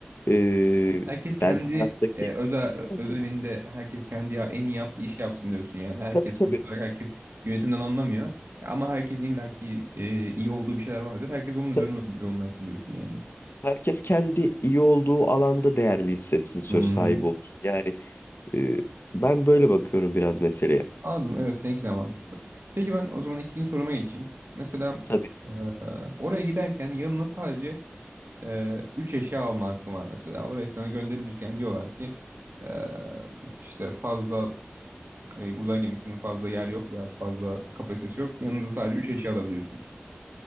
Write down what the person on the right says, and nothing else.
Herkes kendi
e, özel e,
özelinde
herkes kendi ya, en iyi yaptığı iş yapsın diyorsun yani. Herkes
sonuç olarak herkes yönetimden anlamıyor. E, Ama herkesin illaki e, iyi olduğu bir şeyler vardır. Herkes onun
üzerine yo- yoğunlaşsın diyorsun yani.
Hı hı.
Anladım. Evet seninki de mantıklı. Peki ben o zaman ikinci soruma geçeyim. Mesela
e, oraya giderken yanına sadece e, üç eşya alma hakkın var mesela. Oraya sana gönderilirken diyorlar ki e, işte fazla e, uzay gemisinin fazla yer yok veya fazla kapasitesi yok. Yanınıza sadece 3 eşya alabiliyorsunuz.